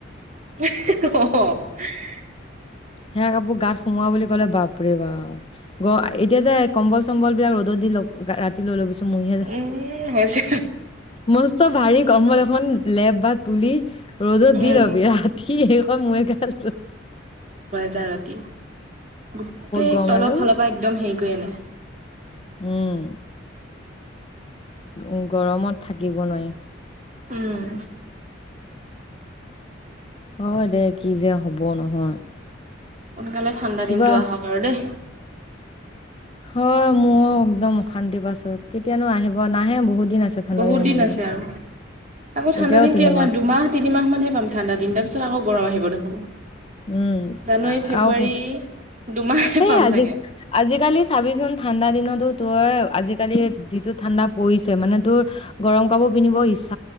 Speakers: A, on the right (about 40°); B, on the left (about 30°).
A: অ
B: সে কাপোৰ গাত সোমোৱা বুলি ক'লে বাপৰে বাপ গ এতিয়া যে কম্বল চম্বল বিলাক ৰ'দত দি ৰাতিলৈ ল'বিছো মইহে য
A: উম হৈছে
B: ম্ত ভাৰী কম্বল এখন লেপ বা তুলি ৰ'দত
A: উম
B: দি লবি ৰাতি সেই কন মই ক
A: যা ৰাতি গোটেই
B: গৰম
A: তলৰ
B: লাগে
A: ফালৰ
B: অ
A: পৰা একদম হেৰি কৰি আনে
B: উম উ গৰমত থাকিব নোৱাৰি
A: উম
B: হয় দে কি যে হব নহয়
A: সোনকালে ঠাণ্ডা
B: কিবা
A: দিনতটো আহক আৰু দেই
B: হয় মোৰ একদম অশান্তি পাইছো কেতিয়ানো আহিব নাহে বহুত দিন আছে ঠাণ্ডা
A: বহুত
B: আহিবলৈ
A: দিন আছে। আৰু আকৌ ঠাণ্ডা
B: এতিয়াও
A: দিন
B: তিনিমাহ
A: ক দুমাহ তিনিমাহ মানহে পাম ঠাণ্ডা দিন তাৰপিছত আকৌ গৰম আহিব দেখোন।
B: উম
A: জানুৱাৰী ফেব্ৰুৱাৰী
B: আহ-
A: দুমাহে
B: সেই
A: পাম
B: আজি
A: চাগে
B: আজিকালি চাবিচোন ঠাণ্ডা দিন। তই আজিকালি যিটো ঠাণ্ডা পৰিছে মানে তোৰ গৰম কাপোৰ পিন্ধিব ইচ্ছো